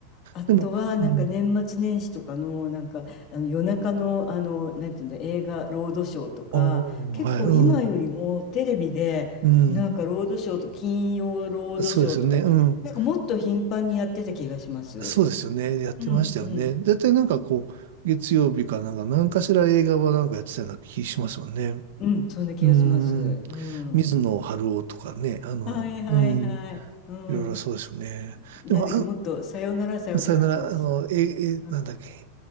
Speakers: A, on the left; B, on the right.
A: あとは、
B: でも、
A: なんか年末年始とかの、
B: うん、
A: なんか、あの夜中の、あの、なんていうの、映画、ロードショーとか、
B: おー、
A: 結構今よりもテレビで、
B: はい、うん、うん、
A: なんかロードショーと、金曜ロードショーとか、
B: そうですよね、うん、
A: なんかもっと頻繁にやってた気がします。
B: そうですよね、やってましたよね。
A: うん、うん、
B: 絶対なんかこう、月曜日かなんか、何かしら映画はなんかやってたような気しますよね。
A: うん、そんな気がします。
B: うん、
A: うん。
B: 水野晴郎とかね、あの、
A: はいはいはい。
B: うん、い
A: うん。
B: ろいろそうですよね。
A: なんだっけ、
B: でも、あ、
A: もっと、さよならさよならのおじさん。
B: うん、さよなら、あの、え、え、
A: あの、
B: なんだっけ、